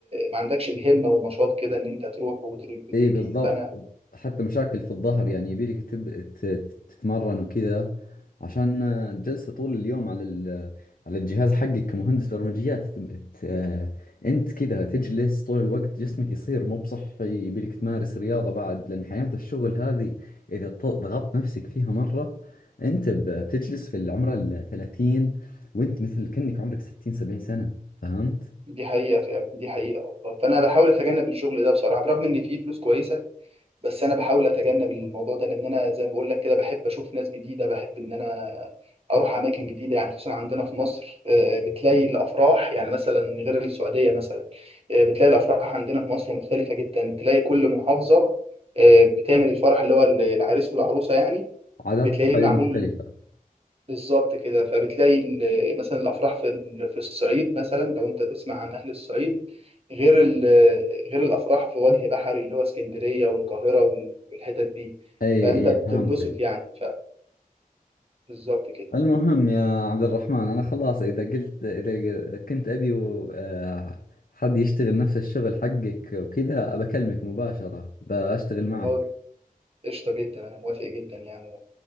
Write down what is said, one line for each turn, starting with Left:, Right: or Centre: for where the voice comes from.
Right: ما عندكش الهمة والنشاط كده إن أنت تروح وتروح وتيجي
Left: اي بالضبط
Right: فأنا
Left: حتى مشاكل في الظهر يعني يبيلك تب... ت- تتمرن وكذا عشان جلسة طول اليوم على ال... على الجهاز حقك كمهندس برمجيات تم- ت... آه، انت كذا تجلس طول الوقت جسمك يصير مو بصحي يبيلك تمارس رياضة بعد لأن حياة الشغل هذه إذا ط- ضغطت نفسك فيها مرة انت ب- بتجلس في العمر الثلاثين وانت مثل كأنك عمرك ستين سبعين سنة فهمت؟
Right: دي حقيقة فعلا دي حقيقة والله فأنا بحاول أتجنب الشغل ده بصراحة برغم إن فيه فلوس كويسة بس انا بحاول اتجنب الموضوع ده لان انا زي ما بقول لك كده بحب اشوف ناس جديده بحب ان انا اروح اماكن جديده يعني خصوصا عندنا في مصر آه، بتلاقي الافراح يعني مثلا غير السعوديه مثلا آه، بتلاقي الافراح عندنا في مصر مختلفه جدا تلاقي كل محافظه آه، بتعمل الفرح اللي هو العريس والعروسه يعني
Left: عادات
Right: بتلاقيه
Left: وتقاليد
Right: معمول
Left: مختلفة
Right: بالظبط كده فبتلاقي ال- مثلا الافراح في ال- في الصعيد مثلا لو انت تسمع عن اهل الصعيد غير ال- غير الافراح في وجه بحري اللي هو اسكندريه والقاهره وال- والحتت دي
Left: اي
Right: فانت
Left: اي
Right: بتنبسط
Left: فهمتك
Right: يعني فبالظبط كده
Left: المهم يا عبد الرحمن أنا خلاص إذا قلت إذا كنت أبي و- آه، حد يشتغل نفس الشغل حقك وكذا بكلمك مباشرة بشتغل معك
Right: والله قشطه جدا انا موافق جدا يعني